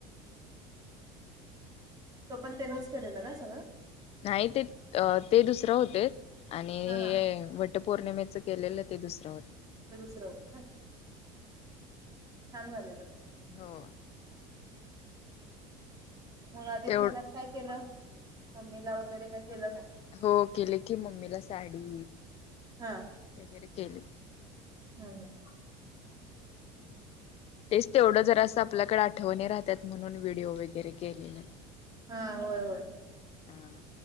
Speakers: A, on the right; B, on the left.
A: तो पण त्यांनीच केलेल काय सगळं
B: नाही ते ते दुसरं होते आणि हे
A: हा हा
B: वटपौर्णिमेच केलेलं ते दुसरे होते
A: ते दुसरे होते का छान झालेलं खरं
B: हो
A: मग अधिक
B: तेवढ
A: महिन्यात काय केलं मम्मीला वगैरे काय केलं काय
B: हो केले की मम्मीला साडी
A: हा
B: वगैरे केले.
A: हम्म हम्म
B: तेच तेवढं जरा असं आपल्याकडे आठवणी राहतात म्हणून व्हिडिओ वगैरे केलेले.
A: हा होय होय
B: हा